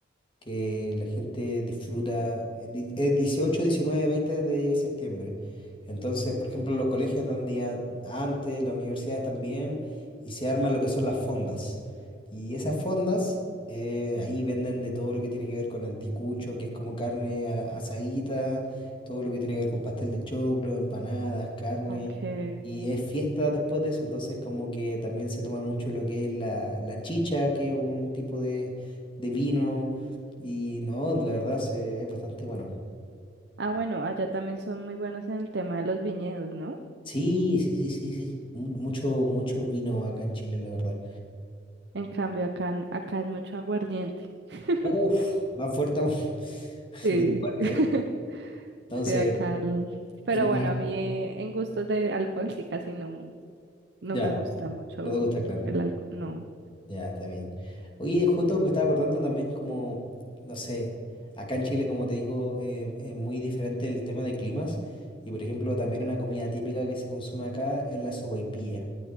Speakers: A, on the left; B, on the right.
A: que la gente disfruta, eh, di- es 18 19 20 de septiembre. Entonces, por ejemplo, los colegios dan día antes, las universidades también, y se arma lo que son las fondas. Y esas fondas, eh, ahí venden de todo lo que tiene que ver con anticucho, que es como carne a- asadita, todo lo que tiene que ver con pastel de choclo, empanadas, carne.
B: Okay.
A: Y es fiesta después de eso, entonces como que también se toma mucho lo que es la, la chicha, que es un tipo de, de vino y no, la verdad se- es bastante bueno.
B: Ah, bueno, allá también son muy buenos en el tema de los viñedos, ¿no?
A: Sí, sí, sí, sí, sí. Mu- Mucho, mucho vino acá en Chile, la verdad.
B: En cambio, acá, n- acá es mucho aguardiente. <laughs>
A: Uf, más fuerte aún. <laughs>
B: Sí,
A: Bien fuerte,
B: <laughs>
A: ¿eh?
B: sí,
A: Entonces,
B: acá. el- Pero
A: en una...
B: bueno, a mí eh, en gustos de alcohol sí casi no, no
A: Ya,
B: me gusta mucho
A: no te gusta, claro.
B: el alcohol, no.
A: Ya, está bien. Oye, justo me estaba acordando también como, no sé, acá en Chile, como te digo, eh, es muy diferente el tema de climas. Y, por ejemplo, también una comida típica que se consume acá es la sopaipilla,